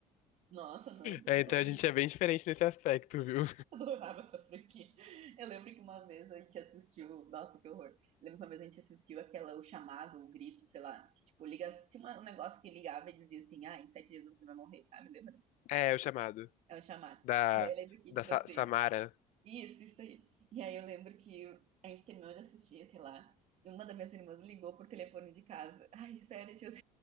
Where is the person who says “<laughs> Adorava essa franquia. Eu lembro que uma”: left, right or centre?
Right